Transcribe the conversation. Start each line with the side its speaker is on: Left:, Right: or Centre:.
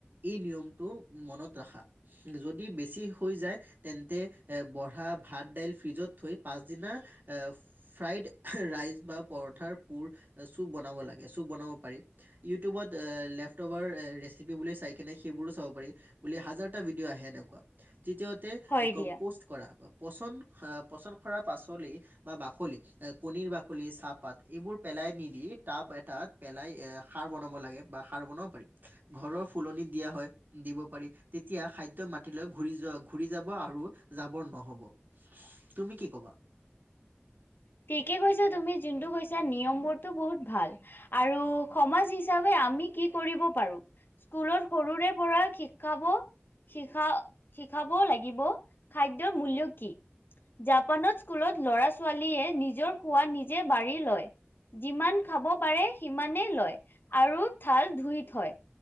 Right: এই নিয়মটো মনত ৰাখা। যদি বেছি হৈ যায় তেন্তে এ ব হা ভাত দাইল ফ্ৰিজত থৈ পাচদিনা ফ্ৰাইড ৰাইচ বা পৰঠাৰ পুৰ চুপ বনাব লাগে, চুপ বনাব পাৰি। ইউটিউবত লেফটবাৰ ৰেচিপি বুলি চাই কিনে সেইবোৰো চাব পাৰি। বুলি হাজাৰটা ভিডিঅ' আহে এনেকুৱা। তৃতীয়তে
Left: হয়
Right: কম্পজ
Left: দিয়া।
Right: কৰা, পচন-পচন কৰা পাচলি বা বাকলি কণীৰ বাকলি চাপ পাত এইবোৰ পেলাই নিদি টাব এটাত পেলাই এ সাৰ বনাব লাগে বা সাৰ বনাব পাৰি। ঘৰৰ ফুলনিত দিয়া হয়। দিব পাৰি, তেতিয়া খাদ্য মাতি লৈ ঘুৰি যোৱা, ঘুৰি যাব আৰু জাবৰ ন হব, তুমি কি কবা?
Left: ঠিকে কৈছা তুমি যোনটো কৈছা, নিয়ম বোৰতো বহুত ভাল। আৰু সমাজ হিচাপে আমি কি কৰিব পাৰো? স্কলত সৰুৰে পৰা শিকাব- শিখা, শিকাব লাগিব খাদ্যৰ মূল্য কি। জাপানত স্কুলত লৰা-ছোৱালীয়ে নিজৰ খোৱা নিজে বাঢ়ী লয়। যিমান খাব পাৰে সিমানেই লয় আৰু থাল ধুই থয়।